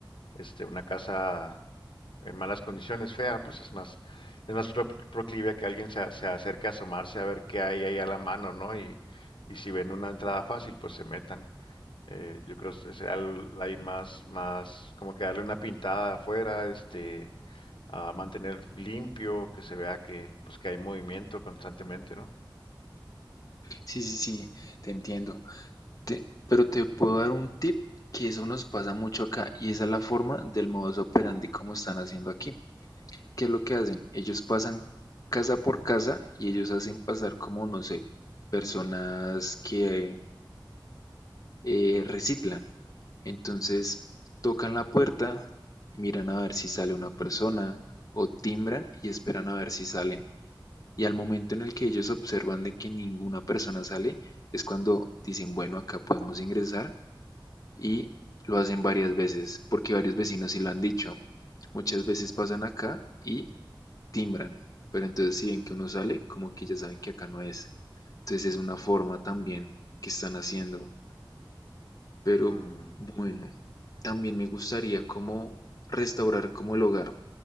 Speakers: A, on the left; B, on the left.
A: Este, una casa en malas condiciones, fea, pues es más, es más pro- proclive a que alguien se, a- se acerque a asomarse a ver qué hay ahí a la mano, ¿no? Y, y si ven una entrada fácil, pues se metan. Eh, yo creo que será el- ahí más, más, como que darle una pintada afuera, este a mantener limpio, que se vea que, pues, que hay movimiento constantemente, ¿no?
B: Sí, sí, sí, te entiendo. Te- pero te puedo dar un tip que eso nos pasa mucho acá y esa es la forma del modus operandi como están haciendo aquí. ¿Qué es lo que hacen? Ellos pasan casa por casa y ellos hacen pasar como, no sé, personas que eh, reciclan. Entonces, tocan la puerta, miran a ver si sale una persona o timbran y esperan a ver si salen y al momento en el que ellos observan de que ninguna persona sale, es cuando dicen, bueno, acá podemos ingresar y lo hacen varias veces, porque varios vecinos sí lo han dicho. Muchas veces pasan acá y timbran, pero entonces si ven que uno sale, como que ya saben que acá no es. Entonces es una forma también que están haciendo. Pero
A: Mm,
B: bueno, también me gustaría como restaurar como el hogar,